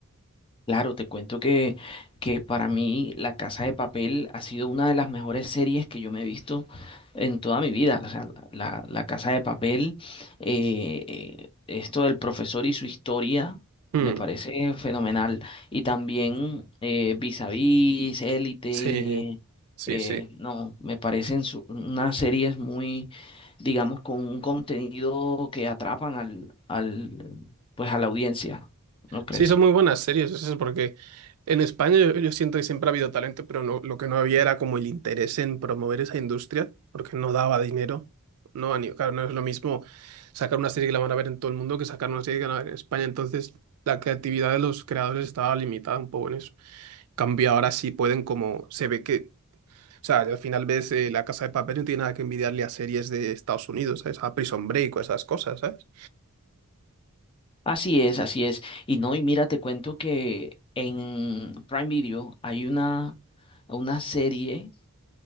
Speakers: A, on the left; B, on the right.
A: Claro, te cuento que, que para mí La Casa de Papel ha sido una de las mejores series que yo me he visto en toda mi vida. O sea, La, la Casa de Papel, eh, eh, esto del profesor y su historia,
B: Mm,
A: me parece fenomenal. Y también eh, Vis a Vis, Élite,
B: sí, sí,
A: eh,
B: sí.
A: no, me parecen su- unas series muy, digamos, con un contenido que atrapan al, al, pues a la audiencia, ¿no crees?
B: Sí, son muy buenas series, eso es porque en España yo, yo siento que siempre ha habido talento, pero no, lo que no había era como el interés en promover esa industria, porque no daba dinero. No, a ni- claro, no es lo mismo sacar una serie que la van a ver en todo el mundo que sacar una serie que la van a ver en España. Entonces, la creatividad de los creadores estaba limitada un poco en eso. En cambio, ahora sí pueden como, se ve que o sea, al final ves eh, La Casa de Papel no tiene nada que envidiarle a series de Estados Unidos, ¿sabes? A Prison Break o esas cosas, ¿sabes?
A: Así es, así es. Y no, y mira, te cuento que en Prime Video hay una, una serie